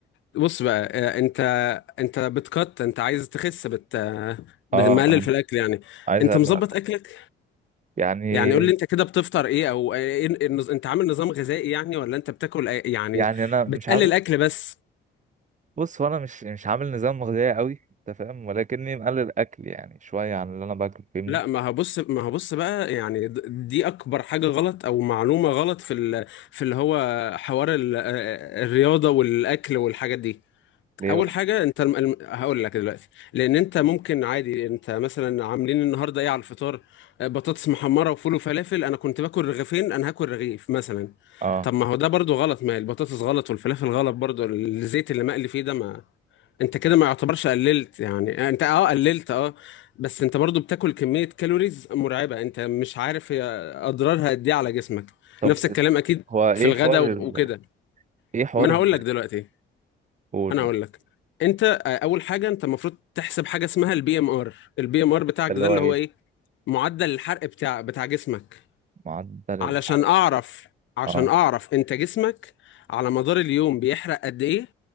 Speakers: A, on the left; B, on the right.
A: بص بقى آه، انت انت بتقط انت عايز تخس بت بتقلل
B: اه اه
A: في الاكل يعني
B: عايز
A: انت
B: أقلق.
A: مظبط اكلك
B: يعني
A: يعني قول لي انت كده بتفطر ايه او ايه النز- انت عامل نظام غذائي يعني ولا انت بتاكل اي- يعني
B: يعني انا مش
A: بتقلل
B: عامل
A: اكل بس
B: بص هو انا مش مش عامل نظام غذائي قوي انت فاهم ولكني مقلل اكل يعني شويه عن اللي انا باكله فاهمني
A: لا ما هبص ما هبص بقى يعني د- دي اكبر حاجة غلط او معلومة غلط في ال... في اللي هو حوار ال... الرياضة والاكل والحاجات دي
B: ليه
A: اول
B: بقى
A: حاجه انت الم... الم- هقول لك دلوقتي لان انت ممكن عادي انت مثلا عاملين النهارده ايه على الفطار آه، بطاطس محمره وفول وفلافل انا كنت باكل رغيفين انا هاكل رغيف مثلا
B: اه
A: طب ما هو ده برضو غلط ما البطاطس غلط والفلافل غلط برضو الزيت اللي مقلي فيه ده ما انت كده ما يعتبرش قللت يعني آه، انت اه قللت اه بس انت برضو بتاكل كمية كالوريز مرعبة انت مش عارف هي اضرارها قد ايه على جسمك
B: طب
A: نفس الكلام اكيد
B: هو ايه
A: في الغداء
B: حوار
A: و-
B: ال...
A: وكده
B: ايه حوار
A: ما انا
B: ال...
A: هقول لك دلوقتي
B: قول
A: انا
B: قول.
A: اقول لك انت آه، اول حاجه انت المفروض تحسب حاجه اسمها البي ام ار البي ام ار بتاعك
B: اللي
A: ده
B: هو
A: اللي
B: ايه
A: هو ايه معدل الحرق بتاع بتاع جسمك
B: معدل
A: علشان
B: الحرق
A: اعرف عشان
B: اه
A: اعرف انت جسمك على مدار اليوم بيحرق قد ايه